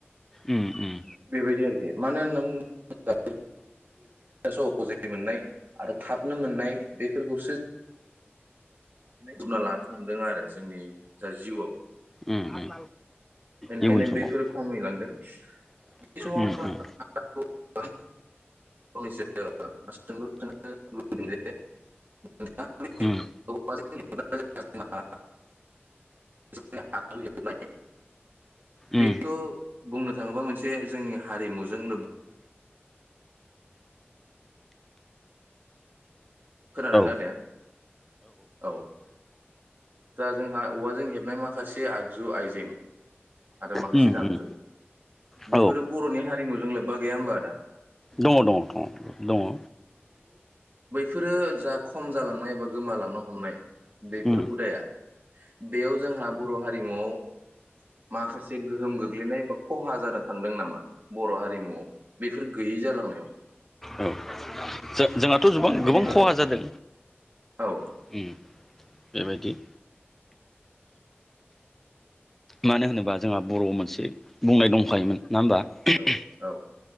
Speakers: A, in the centre; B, on the right.
A: उम उम
B: बेबायदि आरोखि मानो नों गै स पजिति मोननाय आरो थाबनो मोननाय बेफोरखौसो बुंना लानो हमदों आरो जोंनि जा जिउआव।
A: उम उम
B: ओंखायनो
A: इयुन समाव
B: बैफोर खमिलांदों। <unintelligible>
A: उम उम उम
B: बेथ'
A: उम
B: बुंनो थाङोबा मोनसे जोंनि हारिमुजों लोब खोनादोंना
A: औ
B: आदाया औ दा जोंहा औवाजों हेबनाय माखासे आगजु आइजें आरो माखासे
A: उम
B: दामजु
A: उम औ
B: बेफोरो बरनि हारिमुजों लोब्बा गैया होमबा आदा।
A: दङ दङ दङ दङ।
B: फोरो जा खम जालांनाय बा गोमालांनो हमनाय, बेफोर
A: उम
B: हुदाया, बेयाव जोंहा बर' हारिमुआव माखासे गोहोम गोग्लैनाय बा खहा जानो थांदों नामा? बर' हारिमुआव बेफोर गैयै जालांनायाव?
A: औ जोंहाथ गोबां
B: बेनि
A: गोबां
B: बागै
A: खहा जादों।
B: औ।
A: उम बेबायदि। मानो होनोबा जोंहा बर'आव मोनसे बुंनाय दंखायोमोन। नङा होमबा।
B: औ औ।